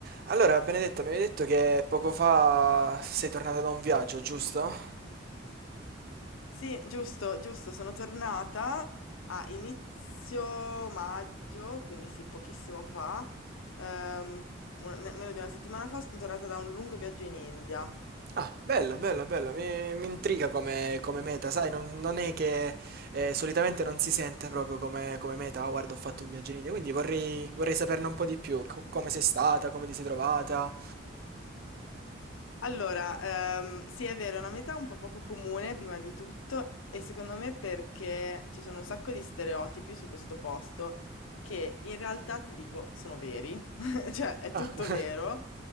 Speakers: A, on the right; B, on the left.
A: Allora, Benedetta, mi avevi detto che poco fa sei tornata da un viaggio, giusto?
B: Sì, giusto, giusto, sono tornata a inizio maggio, quindi sì, pochissimo fa, ehm, una- ne- meno di una settimana fa sono tornata da un lungo viaggio in India.
A: Ah, bello, bello, bello, mi, mi intriga come, come meta, sai, non, non è che eh, solitamente non si sente proprio come, come meta, "Ah, guarda, ho fatto un viaggio in India", quindi vorrei, vorrei saperne un po' di più, co- come sei stata, come ti sei trovata.
B: Allora, ehm, sì, è vero, è una metà un po' poco comune, prima di tutto, e secondo me perché ci sono un sacco di stereotipi su questo posto che in realtà ti dico sono veri, <laughs> cioè è
A: Ah,
B: tutto
A: <laughs>
B: vero.